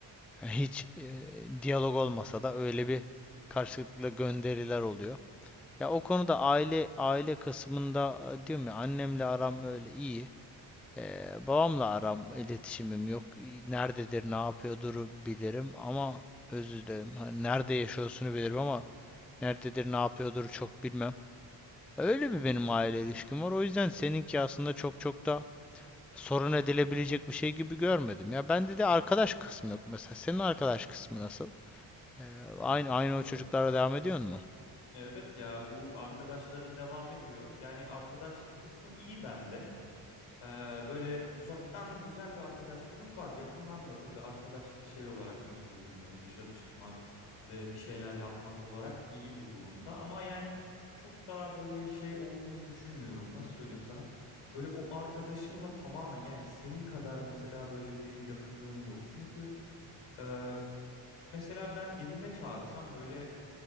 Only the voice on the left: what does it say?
Ee,
şöyle.
Evet ya bu arkadaşlarım devam ediyor. Yani arkadaşlık kısmı iyi bende. Ee, böyle uzaktan güzel bir arkadaşlığımız var. Yakından da tabii arkadaşlık şey olarak nasıl söyleyeyim böyle dışarı çıkmak ve bir şeyler yapmak olarak iyi bir durumda. Ama yani çok daha böyle şey olduğunu düşünmüyorum. Nasıl söyleyeyim sana? Böyle o arkadaşımla tamamen yani senin kadar mesela böyle bir yakınlığım yok. Çünkü e, mesela ben evime çağırsam böyle